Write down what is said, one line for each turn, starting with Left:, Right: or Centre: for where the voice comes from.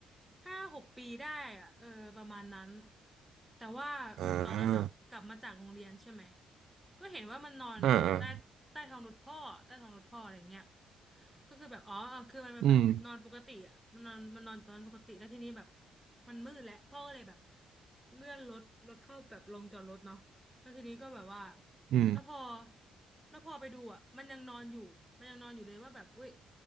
Centre: ห้าหกปีได้อ่ะเออประมาณนั้นแต่ว่าเหมือนตอนนั้นแบบกลับมาจากโรงเรียนใช่ไหม
Right: อ่า
Centre: ก็เห็นว่ามันนอนอ่ะอยู่ใต้ใต้ท้องรถพ่อใต้ท้องรถพ่ออะไรเงี้ย
Right: อ่าอ่า
Centre: ก็คือแบบอ๋อคือมันเป็นแบบนอนปกติอ่ะมันนอนมันนอนตอนนั้นปกติแล้วทีนี้แบบ
Right: อืม
Centre: มันมืดแล้วพ่อก็เลยแบบเลื่อนรถรถเข้าแบบลงจอดรถเนาะแล้วทีนี้ก็แบบว่า
Right: อืม
Centre: แล้วพอแล้วพอไปดูอ่ะมันยังนอนอยู่มันยังนอนอยู่เลยว่าแบบเว้ย